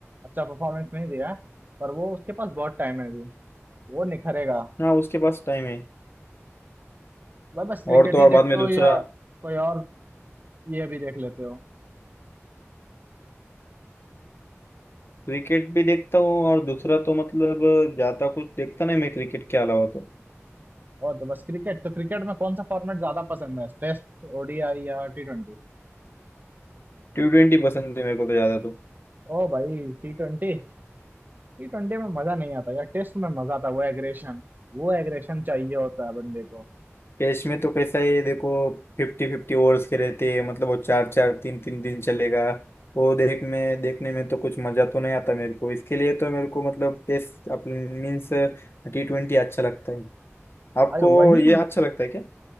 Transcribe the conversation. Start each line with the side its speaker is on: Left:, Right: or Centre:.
Right: अच्छा परफॉर्मेंस नहीं दिया पर वो उसके पास बहुत टाइम है अभी वो निखरेगा
Left: हाँ उसके पास टाइम है
Right: भाई बस क्रिकेट
Left: और तो
Right: ही
Left: और
Right: देखते
Left: बाद में
Right: हो
Left: दूसरा
Right: या कोई और ये भी देख लेते हो
Left: क्रिकेट भी देखता हूँ और दूसरा तो मतलब ज्यादा कुछ देखता नहीं मैं क्रिकेट के अलावा तो
Right: और तो बस क्रिकेट तो क्रिकेट में कौन सा फॉर्मेट ज्यादा पसंद है टेस्ट ओडीआई या टी ट्वेंटी
Left: टी ट्वेंटी पसंद है मेरे को तो ज्यादा तो
Right: ओ भाई टी ट्वेंटी टी ट्वेंटी में मजा नहीं आता यार टेस्ट में मजा आता वो एग्रेशन वो एग्रेशन चाहिए होता है बंदे को
Left: कैश में तो कैसा है देखो फिफ्टी फिफ्टी ओवर्स के रहते हैं मतलब वो चार चार तीन तीन दिन चलेगा वो देख में देखने में तो कुछ मजा तो नहीं आता मेरे को इसके लिए तो मेरे को मतलब टेस्ट अपने मीन्स टी ट्वेंटी अच्छा लगता है आपको
Right: अरे वही
Left: ये
Right: म-
Left: अच्छा लगता है क्या